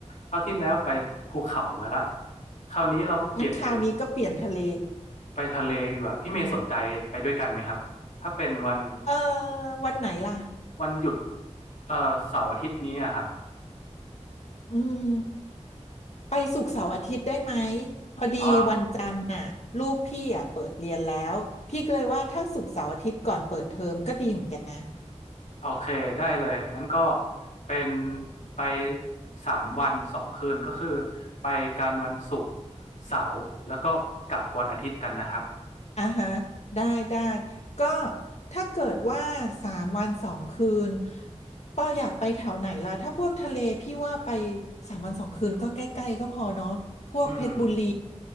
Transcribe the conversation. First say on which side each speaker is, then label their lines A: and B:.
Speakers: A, on the left; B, on the left.
A: คราวที่แล้วไปภูเขามาละคราวนี้เราเปลี่ยนเป็น
B: งั้นคราวนี้ก็เปลี่ยนทะเล
A: ไปทะเลดีกว่าพี่เมย์สนใจไปด้วยกันไหมครับถ้าเป็นวัน
B: เออวันไหนล่ะ
A: วันหยุดเอ่อเสาร์อาทิตย์นี้อะครับ
B: อืมไปศุกร์เสาร์อาทิตย์ได้ไหมพอดีวันจันทร์น่ะลูกพี่อ่ะเปิดเรียนแล้วพี่ก็เลยว่าถ้าศุกร์เสาร์อาทิตย์ก่อนเปิดเทอมก็ดีเหมือนกันนะ
A: อ๋อโอเคได้เลย งั้นก็เป็นไปสามวันสองคืนก็คือไปกันวันศุกร์เสาร์แล้วก็กลับวันอาทิตย์กันนะครับ
B: อ่าฮะได้ได้ก็ถ้าเกิดว่าสามวันสองคืนปออยากไปแถวไหนล่ะถ้าพวกทะเลพี่ว่าไปสามวันสองคืนก็ใกล้ๆก็พอเนาะพวกเพชรบุรี
A: อืม